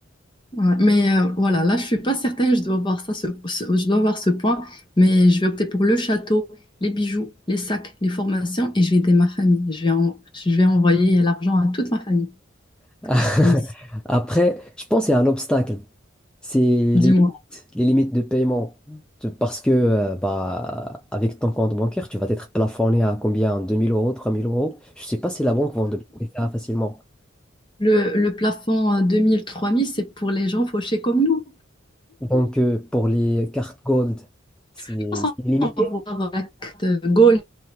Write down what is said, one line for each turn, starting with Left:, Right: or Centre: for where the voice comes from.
Left: Ouais. Mais euh, voilà, là, je suis pas certaine, je dois voir ça, ce- ce- je dois voir ce point, mais je vais opter pour le château, les bijoux, les sacs, les formations, et je vais aider ma famille. Je vais, en- je vais envoyer l'argent à toute ma famille,
Centre: <laughs>
Left: comme ça.
Centre: Après, je pense qu'il y a un obstacle. C'est les
Left: Dis-moi.
Centre: limites, les limites de paiement. Tu- Parce que euh, bah, avec ton compte bancaire, tu vas être plafonné à combien? deux mille euros, 3000 euros. Je ne sais pas si la banque va en débloquer ça facilement.
Left: Le, le plafond à 2000-3000, c'est pour les gens fauchés comme nous.
Centre: Donc, euh, pour les cartes gold, c'est
Left: Je pense
Centre: c'est limité.
Left: qu'on va avoir la carte euh, Gold